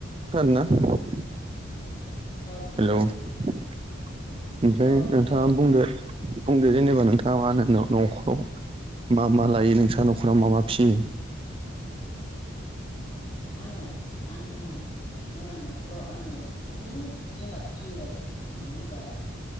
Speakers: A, on the right; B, on the left.
A: खोनादोंना?
B: अ खोनादो
A: हेल' ओमफाय
B: दे अ
A: नोंथाङा
B: हेलौ
A: बुंदो बुंदो जेनेबा नोंथाङा मा होनो न'खराव मा मा लायो नोंस्रा न'खराव मा मा फियो?
B: आङो आं जोंहा न'खराव आङो बुहुद जुनाद फियो आरो मानो होनबा